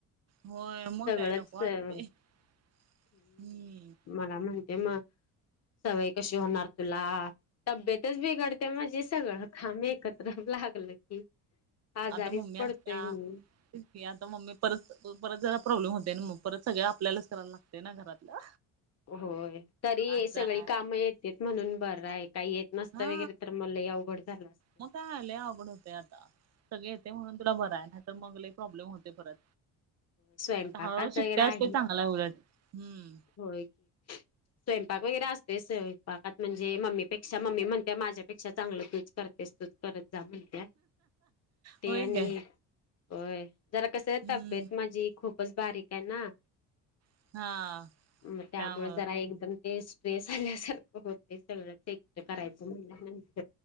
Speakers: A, on the right; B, on the left.
A: हो मग
B: सगळंच
A: काय नको वाटते हम्म.
B: हम्म. मला म्हणत्या म सवय कशी होणार तुला. तब्येतच बिघडत्या माझी सगळं काम एकत्र लागलं की आजारीच
A: आता मम्मी
B: पडतोय
A: असत्या
B: मी
A: तेच की आता मम्मी परत परत जरा प्रॉब्लेम होते मग परत सगळे आपल्यालाच कराय लाग ते ना घरातलं
B: होय तरी हे
A: असं
B: सगळी
A: आहे
B: कामं येतेत म्हणून बरं हाय काय येत नसत
A: हा
B: वगैरे तर म लय अवघड झालं असत.
A: मग काय लय अवघड होतंय आता सगळे येते म्हणून तुला बरं हाय नाही तर मग लय प्रॉब्लेम होते परत.
B: स्वयंपाकाच
A: आता हळूहळू शिकत्यास
B: वगैरे आहे
A: ते चांगलं हाय उलटं हम्म.
B: होय की. स्वयंपाक वगैरे असतय ते स्वयंपाकात म्हणजे मम्मीपेक्षा, मम्मी म्हणतीया माझ्यापेक्षा चागलं तूच करत करत जा म्हणत्या ते
A: होय
B: आणि.
A: काय
B: होय, जरा कसं हाय
A: हम्म
B: तब्येत माझी खूपच बारीक आहे ना.
A: हा.
B: म त्यामुळे
A: त्यामुळं
B: जरा एकदम ते स्ट्रेस आल्यासारखं होतय सगळं. ते करायचं म्हणल्यात म्हण.